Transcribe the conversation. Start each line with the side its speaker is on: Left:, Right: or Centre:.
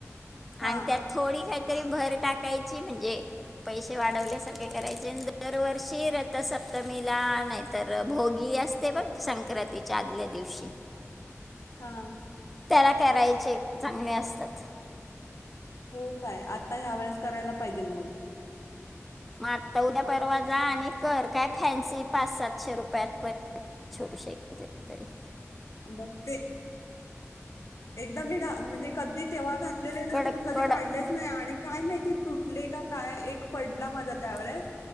Left: हा
Centre: आणि त्यात थोडी काही तरी भर टाकायची म्हणजे पैसे वाढवल्यासारखे करायचे दरवर्षी रथसप्तमीला नाहीतर भोगी असते व संक्रांतीच्या आदल्या दिवशी
Left: हा
Centre: त्याला कराईचे चांगले असतात
Left: हो काय आता ह्या वेळेस करायला पाहिजेल मग
Centre: माझ तर उद्या परवाजा आणि कर काय फॅन्सी पाच सातशे रुपयात पर्यंत छोटीशी घेतले तरी
Left: बघते एकदाम मी घ म्हणजे कधी तेव्हा घातलेले ना
Centre: कडक
Left: ते मी कधी
Centre: कडक
Left: काढलेच नाही आणि काय माहिती तुटले का काय एक पडला माझा त्या वळेस